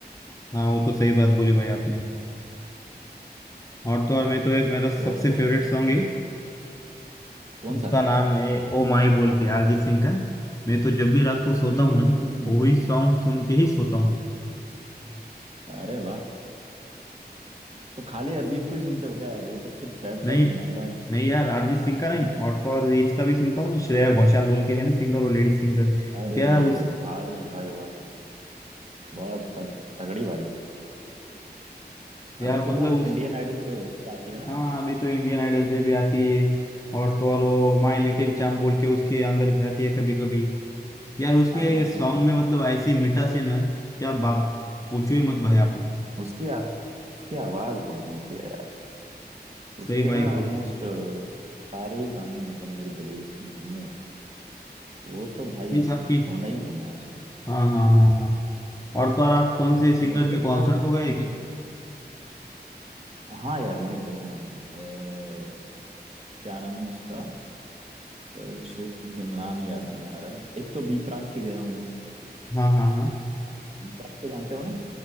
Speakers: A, on the left; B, on the right.
A: हाँ वो तो सही बात बोली भाई आपने और तो और मैं तो एक मेरा सबसे
B: तो
A: फेवरेट सॉन्ग है
B: कौन
A: उसका
B: सा <laughs>
A: नाम है ओ माई बोल के अरिजीत सिंह का मैं तो जब भी रात को सोता
B: हम्म
A: हूँ ना
B: हम्म, हम्म, हम्म।
A: वही सॉन्ग सुन के ही सोता हूँ
B: अरे वाह तो खाली अरिजीत को ही सुनते हो क्या यार वो तो सिर्फ सैड सैड
A: नहीं
B: सुनाता है
A: नहीं यार अरिजीत सिंह का नहीं
B: <laughs>
A: और तो और इसका भी सुनता हूँ श्रेया घोषाल बोल के है ना सिंगर वो लेडी सिंगर
B: अरे
A: क्या उस
B: भाई भाई भाई बहुत त- तगड़ी भाई
A: यार
B: अभी तो
A: मतलब
B: वो इंडियन
A: उस
B: आइडल पे उस पे आती है ना
A: हाँ अभी तो इंडियन आइडल पे भी आती है और तो और वो माय लिटिल चैम्प बोल के उसके अंदर भी आती है कभी कभी यार उसके
B: हाँ हाँ
A: सॉन्ग
B: हाँ हाँ हाँ।
A: में मतलब ऐसी मिठास है ना क्या बात पूछो ही मत भाई आप
B: उसकी आ, उसकी आवाज बहुत मीठी है यार
A: सही
B: उसके
A: भाई
B: ना
A: बोल
B: ऑलमोस्ट सारे ही गाने मतलब मेरी प्लेलिस्ट में होंगे वो तो भाई
A: मीन्स आपकी
B: होना ही होना है उसमें
A: हाँ हाँ हाँ हाँ और तो और आप कौन से सिंगर
B: मुझे लगता
A: के कॉन्सर्ट
B: है हम्म,
A: को गए क्या
B: हाँ यार मैं गया हूँ अ, क्या नाम है उसका अ, शिट मुझे नाम याद नहीं आ रहा है एक तो बी प्राक के गया हूँ मैं
A: हाँ हाँ हाँ
B: बी प्राक को जानते हो ना